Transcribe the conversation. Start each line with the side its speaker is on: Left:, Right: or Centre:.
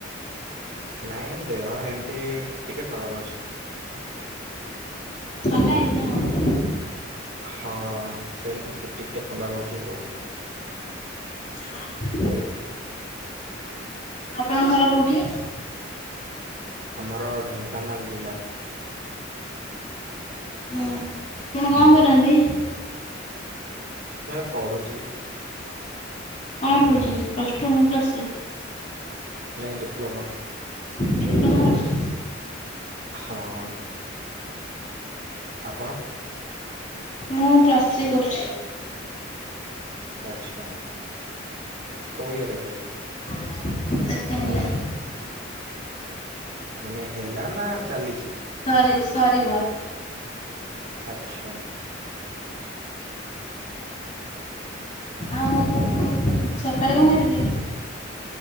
Right: ନାଇଁ ଦେହ ଏମତି ଟିକେ ଖରାପ ଅଛି।
Left: ଥଣ୍ଡା ହେଇଛି ନା କଣ?
Right: ହଁ ସେମିତି ଟିକେ ଥଣ୍ଡା ରହୁଛି ଆଉ।
Left: ହ <inaudible> ଆପଣଙ୍କ ଘର କୋଉଠି?
Right: ଆମର ଢେଙ୍କାନାଳ ଜିଲ୍ଲା।
Left: ହଁ, ଆପଣ କଣ କରନ୍ତି?
Right: ମୁଁ ଏବେ ପଢ଼ୁଚି।
Left: କଣ ପଢୁଚନ୍ତି ପ୍ଲସ୍ ଟୁ ନା ପ୍ଲସ୍ ଥ୍ରୀ?
Right: ନାଇଁ ଡିପ୍ଲମା।
Left: ଡିପ୍ଲୋମା କରୁଛନ୍ତି?
Right: ହଁ। ଆପଣ?
Left: ମୁଁ ପ୍ଲସ ଥ୍ରି କରୁଛି।
Right: ଆଚ୍ଛା, କୋଉ ଇୟର୍ ଏବେ?
Left: Second year.
Right: ମାନେ ହେଲା ନା ଚାଲିଚି?
Left: ସରି ସରିବ।
Right: ଆଚ୍ଛା।
Left: ଆଉ ସକାଳେ କଣ ଖାଇଥିଲେ?